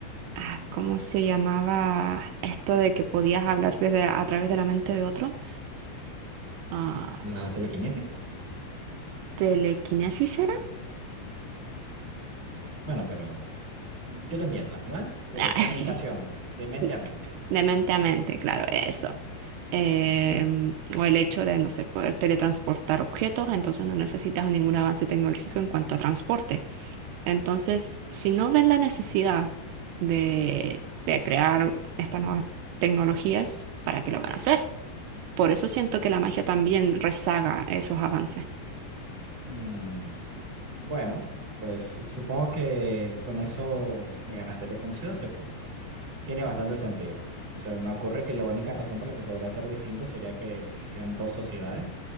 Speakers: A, on the right; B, on the right.
A: ah, ¿cómo se llamaba esto de que podías hablar desde, a través de la mente de otro? Ah,
B: La telequinesis.
A: ¿telequinesis era?
B: Bueno, pero yo te entiendo, ¿vale? De
A: Ah,
B: comunicación, de mente
A: <laughs>
B: a mente.
A: De mente a mente, claro, eso. Em, o el hecho de, no sé, poder teletransportar objetos, entonces no necesitas ningún avance tecnológico en cuanto a transporte. Entonces, si no ven la necesidad de, de crear estas nuevas tecnologías, ¿para qué lo van a hacer? Por eso siento que la magia también rezaga esos avances.
B: Mm, bueno, pues supongo que con eso me ganaste. Te concedo ese punto. Tiene bastante sentido. Se me ocurre que la única razón por la que podría ser distinto sería que existieran dos sociedades,